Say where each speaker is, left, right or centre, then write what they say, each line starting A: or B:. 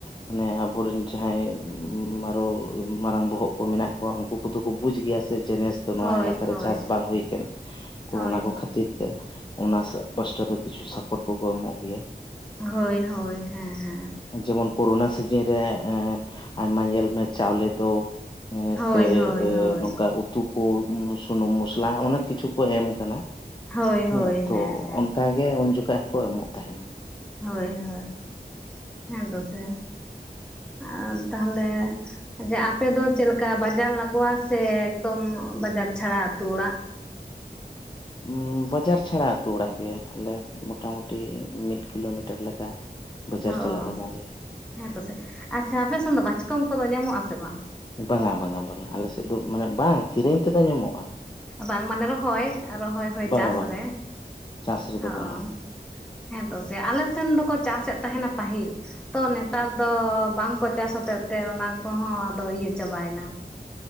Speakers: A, on the left; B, in the centre.
A: ᱢᱟᱱᱮ ᱟᱵᱚᱨᱮᱱ ᱡᱟᱦᱟᱸᱭ ᱟᱨᱚ ᱢᱟᱨᱟᱝ ᱵᱚᱦᱚᱜ ᱠᱚ ᱢᱮᱱᱟᱜ ᱠᱚᱣᱟ ᱩᱱᱠᱩ ᱠᱚᱫᱚ ᱠᱚ ᱵᱩᱡ ᱜᱮᱭᱟ ᱥᱮ ᱡᱮᱱᱮᱥ ᱛᱚ ᱱᱚᱣᱟ
B: ᱦᱳᱭ
A: ᱮᱞᱟᱠᱟᱨᱮ
B: ᱦᱳᱭ
A: ᱪᱟᱥ ᱵᱟᱝ ᱦᱩᱩ ᱟᱠᱟᱱᱟ ᱛᱚ
B: ᱦᱳᱭ
A: ᱚᱱᱟ ᱠᱚ
B: ᱦᱳᱭ
A: ᱠᱷᱟᱹᱛᱤᱨ ᱛᱮ ᱚᱱᱟ ᱯᱟᱥᱴᱟ ᱫᱚ ᱠᱤᱪᱷᱩ ᱥᱟᱯᱚᱴ ᱠᱚᱠᱚ ᱮᱢᱚᱜ ᱜᱮᱭᱟ
B: ᱦᱳᱭ ᱦᱳᱭ ᱦᱮᱸ ᱦᱮᱸ
A: ᱡᱮᱢᱚᱱ ᱠᱳᱨᱳᱱᱟ ᱥᱤᱡᱤᱱ ᱨᱮ ᱟᱭᱢᱟ ᱧᱮᱞ ᱢᱮ ᱪᱟᱣᱞᱮ ᱫᱚ
B: ᱦᱳᱭ
A: ᱥᱮ
B: ᱦᱳᱭ ᱦᱳᱭ
A: ᱱᱚᱝᱠᱟ ᱩ ᱩᱛᱩ ᱠᱚ ᱥᱩᱱᱩᱢ ᱢᱚᱥᱞᱟ ᱚᱱᱮᱠ ᱠᱤᱪᱷᱩ ᱠᱚ ᱮᱢ ᱟᱠᱟᱱᱟ
B: ᱦᱳᱭ
A: ᱦᱮᱸ
B: ᱦᱳᱭ
A: ᱛᱚ
B: ᱦᱮᱸ
A: ᱚᱱᱠᱟ ᱜᱮ ᱩᱱ ᱡᱚᱠᱷᱟ ᱦᱚᱸᱠᱚ ᱮᱢᱚᱜ ᱛᱟᱦᱮᱱᱟ
B: ᱦᱳᱭ ᱦᱳᱭ ᱦᱮᱸ ᱛᱚᱥᱮ ᱟᱨ ᱛᱟᱦᱚᱞᱮ ᱡᱮ ᱟᱯᱮ ᱫᱚ ᱪᱮᱫ ᱞᱮᱠᱟ ᱵᱟᱡᱟᱨ ᱞᱟᱜᱟᱜ-ᱟ ᱥᱮ ᱮᱠᱫᱚᱢ ᱵᱟᱡᱟᱨ ᱪᱷᱟᱲᱟ ᱟᱹᱛᱩ ᱚᱲᱟᱜ
A: ᱩᱻ ᱵᱟᱡᱟᱨ ᱪᱷᱟᱲᱟ ᱟᱹᱛᱩ ᱚᱲᱟᱜ ᱜᱮ ᱟᱞᱮ ᱢᱚᱴᱟ ᱢᱩᱴᱤ ᱢᱤᱫ ᱠᱤᱞᱳᱢᱤᱴᱟᱨ ᱞᱮᱠᱟ᱾ <inaudible>
B: ᱦᱚᱜ-ᱚ
A: ᱞᱟᱜᱟᱣ ᱞᱮᱭᱟ
B: ᱦᱮᱸᱛᱚ ᱥᱮ ᱟᱪᱪᱷᱟ ᱟᱯᱮᱥᱮᱱ ᱫᱚ ᱵᱟᱪᱠᱚᱢ ᱠᱚᱫᱚ ᱧᱟᱢᱚᱜ ᱟᱥᱮ ᱵᱟᱝ᱾
A: ᱵᱟᱝᱟ ᱵᱟᱝᱟ ᱵᱟᱝᱟ ᱟᱞᱮᱥᱮᱫ ᱫᱚ ᱢᱟᱱᱮ ᱵᱟᱝ ᱠᱤᱨᱤᱧ ᱛᱮᱫᱚ ᱧᱟᱢᱚᱜ-ᱟ᱾
B: ᱵᱟᱝ ᱢᱟᱱᱮ ᱨᱚᱦᱚᱭ ᱨᱚᱦᱚᱭ ᱦᱚᱭ
A: ᱵᱟᱝᱟ
B: ᱪᱟᱥ
A: ᱵᱟᱝᱟ
B: ᱨᱮ
A: ᱪᱟᱥ ᱨᱮᱫᱚ
B: ᱦᱚᱜ-ᱚ
A: ᱵᱟᱹᱱᱩᱜᱼᱟ
B: ᱦᱮᱸᱛᱚ ᱥᱮ ᱟᱞᱮ ᱥᱮᱱ ᱫᱚᱠᱚ ᱪᱟᱥᱮᱫ ᱛᱟᱦᱮᱱᱟ ᱯᱟᱹᱦᱤᱞ ᱛᱚ ᱱᱮᱛᱟᱨ ᱫᱚ ᱵᱟᱝ ᱠᱚ ᱪᱟᱥ ᱦᱚᱛᱮᱫ ᱛᱮ ᱚᱱᱟ ᱠᱚᱦᱚᱸ ᱟᱫᱚ ᱤᱭᱟᱹ ᱪᱟᱵᱟᱭᱮᱱᱟ